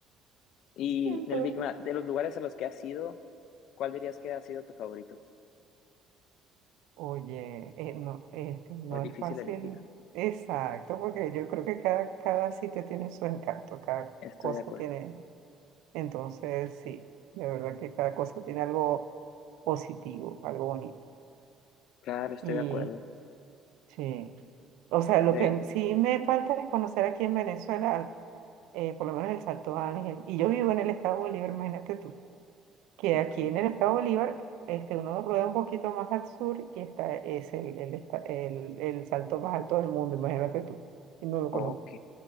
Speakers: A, on the left; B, on the right.
A: Y
B: Entonces,
A: en el Big Mac, de los lugares a los que has ido, ¿cuál dirías que ha sido tu favorito?
B: oye, eh, no, este no
A: ¿O es
B: es
A: difícil
B: fácil.
A: elegir?
B: Exacto, porque yo creo que cada, cada sitio tiene su encanto, cada
A: Estoy
B: cosa
A: de acuerdo.
B: tiene. Entonces, sí, de verdad que cada cosa tiene algo positivo, algo bonito.
A: Claro, estoy
B: Y
A: de acuerdo.
B: sí, o sea, lo
A: De,
B: que sí me falta es conocer aquí en Venezuela, eh, por lo menos el Salto Ángel. Y yo vivo en el estado de Bolívar, imagínate tú. que
A: ok,
B: aquí en el estado Bolívar, este, uno rueda un poquito más al sur y está, es el, el, esta- el, el salto más alto del mundo, imagínate tú, y no lo
A: ok.
B: conozco.